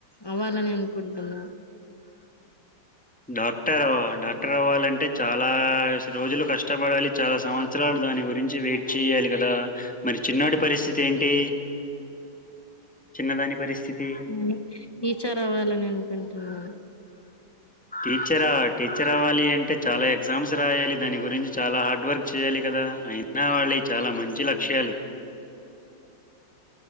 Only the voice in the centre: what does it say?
డాక్టర్ అవ డాక్టర్ అవ్వాలంటే చాలా రోజులు కష్టపడాలి చాలా సంవత్సరాలు దాని గురించి వెయిట్ చెయాలి కదా మరి చిన్నోడి పరిస్థితి ఏంటి చిన్నదాని పరిస్థితి
టీచరా టీచర్ అవ్వాలి అంటే చాలా ఎగ్జామ్స్ రాయాలి దాని గురించి చాలా హార్డ్ వర్క్ చేయాలి కదా అయినా వాళ్ళవి చాలా మంచి లక్ష్యాలు